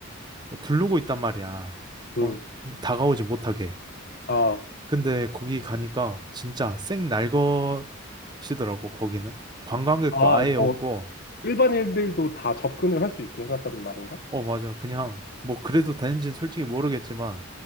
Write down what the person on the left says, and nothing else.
음.
아,
아,
뭐, 일반인들도 다 접근을 할 수 있게 해놨다는 말인가?